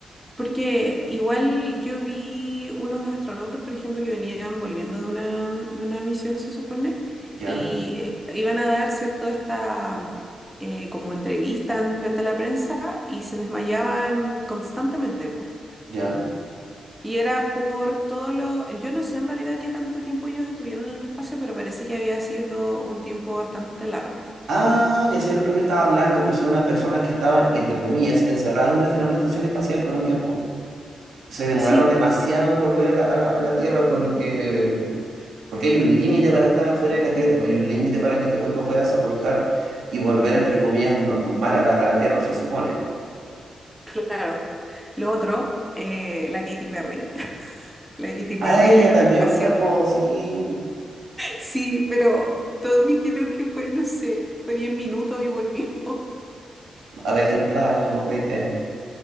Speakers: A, in the centre; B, on the right.
A: Porque igual yo vi unos astronautas, por ejemplo, que venían volviendo de una, de una misión, se supone,
B: Ya,
A: y eh, iban a dar, ¿cierto?, esta eh, como entrevista en- frente a la prensa y se desmayaban constantemente, po.
B: ya.
A: Y era por todo lo... Yo no sé en realidad qué tanto tiempo ellos estuvieron en el espacio, pero parece que había sido un tiempo bastante largo.
B: Ah, ya sé lo que me estaba hablando, que son unas personas que estaban, entre comillas, encerradas en una, en una estación espacial por un tiempo. Se demoraron
A: Sí,
B: demasiado en volver a la, a la- a la Tierra, por lo que... Porque hay un límite para estar afuera de la Tierra, pues, hay un límite para que tu cuerpo pueda soportar y volver, entre comillas, normal a la, a la Tierra, se supone.
A: Claro. Lo otro, eh, la Katy Perry. <laughs> La Katy Perry
B: Ah, ella
A: en el
B: también
A: espacio.
B: fue, pues sí,
A: Sí, pero todos dijeron que fue, no sé, fue 10 minutos y volvió. <laughs>
B: avejentada, como 20 años.